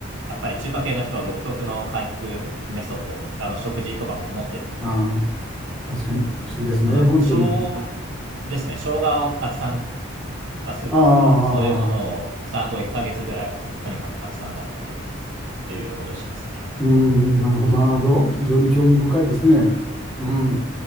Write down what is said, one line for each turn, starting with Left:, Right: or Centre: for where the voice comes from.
Right: やっぱり中華系の人は独特の回復メソッド、あの食事とかも持ってるので、
Centre: ああ、確かに不思議ですね、
Right: その生姜
Centre: 本当に。
Right: ですね、生姜をたくさんったスープとか、
Centre: ああ、ああああ
Right: そういうものを産後1ヶ月ぐらいをもうとにかくたくさん食べてっていうことをしますね。
Centre: うん、なるほど、なるほど。非常に興味深いですね。うん。